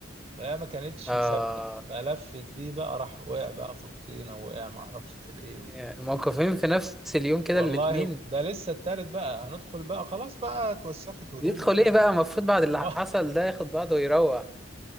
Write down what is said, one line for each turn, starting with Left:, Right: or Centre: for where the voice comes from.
Right: فهي ما كانتش
Centre: اه
Right: ثابتة فلفت بيه بقى راح وقع بقى في الطينة وقع معرفش في الإيه
Centre: يعني موقفين في نفس اليوم كده
Right: والله
Centre: الاتنين
Right: ده لسه التالت بقى هندخل بقى خلاص بقى اتوسخت هدومه
Centre: يدخل
Right: كده
Centre: ايه بقى
Right: و...
Centre: المفروض بعد اللي
Right: <laughs> ما
Centre: حصل ده ياخد بعضه ويروح